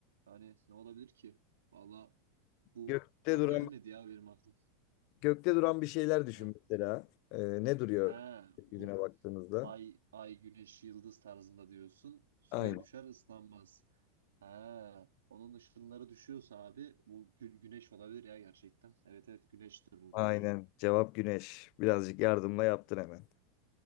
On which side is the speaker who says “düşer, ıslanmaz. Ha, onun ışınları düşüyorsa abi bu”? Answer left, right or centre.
Right